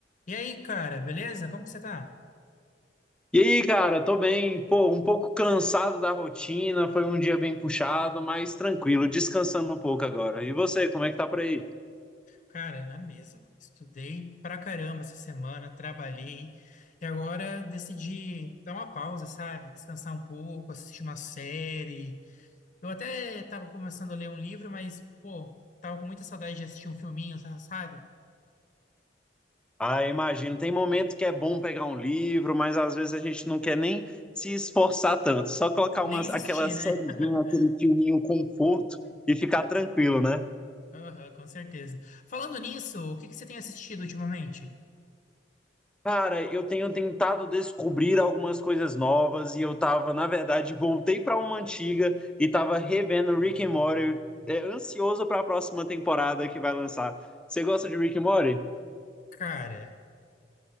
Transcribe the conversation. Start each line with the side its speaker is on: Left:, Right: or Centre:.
Left: E aí, cara, beleza? Como que você tá?
Centre: E aí, cara, tô bem, pô, um pouco cansado da rotina, foi um dia bem puxado, mas tranquilo, descansando um pouco agora. E você, como é que tá por aí?
Left: Cara, na mesma. Estudei pra caramba essa semana, trabalhei e agora decidi dar uma pausa, sabe? Descansar um pouco, assistir uma série. Eu até tava começando a ler um livro, mas, pô, tava com muita saudade de assistir um filminho, sa- sabe?
Centre: Ah, imagino, tem momento que é bom pegar um livro, mas às vezes a gente não quer nem se esforçar tanto, só colocar
Left: Nem
Centre: umas,
Left: existir,
Centre: aquela sériezinha,
Left: né?
Centre: aquele
Left: <laughs>
Centre: filminho conforto e ficar tranquilo, né?
Left: Aham, com certeza. Falando nisso, o que que você tem assistido ultimamente?
Centre: Cara, eu tenho tentado descobrir algumas coisas novas e eu tava, na verdade, voltei pra uma antiga e tava revendo Rick and Morty, é, ansioso pra próxima temporada que vai lançar. Você gosta de Rick and Morty?
Left: Cara,